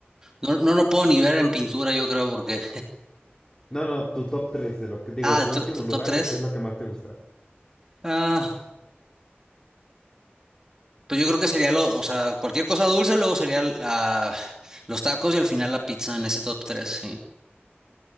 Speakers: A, on the right; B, on the left.
A: no, no lo puedo ni ver en pintura, yo creo, porque.
B: No, no, tu top tres de lo que digo,
A: Ah,
B: tu último
A: to- to-
B: lugar
A: top tres
B: de qué es lo que más te gusta.
A: Ah, pues yo creo que sería lo, o sea, cualquier cosa dulce, luego sería ah, los tacos y al final la pizza en ese top tres sí.